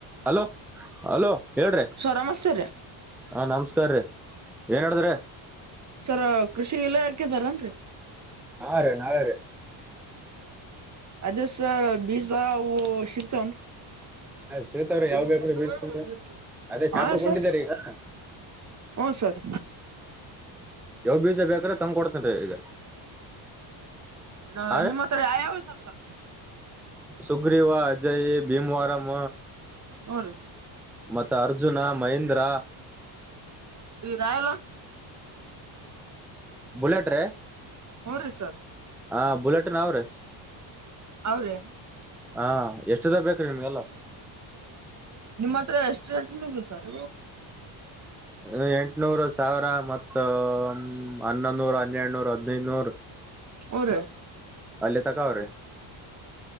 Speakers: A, in the centre; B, on the right (about 35°).
A: Hello hello ಹೇಳ್ರಿ
B: sir ನಮಸ್ತೆ ರೀ
A: ಹಾ ನಮಸ್ಕಾರ್ರೀ ಏನ್ ಹೇಳ್ದ್ ರೀ
B: ಸರ ಕೃಷಿ ಇಲಾಖೆದವರೇನ್ ರೀ
A: ಹಾ ರೀ ನಾವೇ ರೀ
B: ಅದೇ ಸರ್ ಬೀಜ ಶಿಗ್ತವನ್ <unintelligible>
A: ಸಿಗ್ತಾವ್ರಿ ಯಾವ್ ಬೇಕ್ರಿ ಬೀಜ ಅದೇ ಶಾಪುರ್
B: ಹಾ
A: ಕೊಂಡಿದ್ದಾರೆ
B: ಸರ್
A: ಈಗ
B: ಹ್ಮ್ ಸರ್
A: ಯಾವು ಬೀಜ ಬೇಕ್ರೆ ತಂದ್ ಕೊಡ್ತೇನ್ ರೀ ಈಗ
B: ನ
A: ಆ
B: ನಿಮ್ಮ್ ಹತ್ತಿರ ಯ ಯಾವ್ ಇದ್ದಾವ್ ಸರ್
A: ಸುಗ್ರೀವಾ ಅಜಯ್ ಭೀಮವಾರಂ
B: ಹ್ಮ್ ರೀ
A: ಮತ್ತೆ ಅರ್ಜುನ ಮಹೇಂದ್ರ.
B: ಇರಾಯಲ
A: ಬುಲೆಟ್ ರೇ
B: ಹ್ಮ್ ರೀ ಸರ್
A: ಹಾ ಬುಲೆಟ್ ಅವ್ರೀ
B: ಅವ್ರೇ
A: ಹಾ ಎಷ್ಟು ದೇ ಬೇಕ್ರೀ ನಿಮ್ಗೆಲ್ಲ
B: ನಿಮ್ಮ್ ಹತ್ರ ಎಷ್ಟು ರೇಟಿಂದ್ ಇದೆ ಸರ್
A: ಏ ಎಂಟನೂರು ಸಾವಿರ ಮತ್ತು ಹನ್ನೊನೂರು ಹನ್ನೆಡ್ನೂರ್ ಹದಿನೈದುನೂರ್
B: ಹ್ಮ್ ರೀ
A: ಅಲ್ಲಿ ತಕೊ ಅವ್ರೆ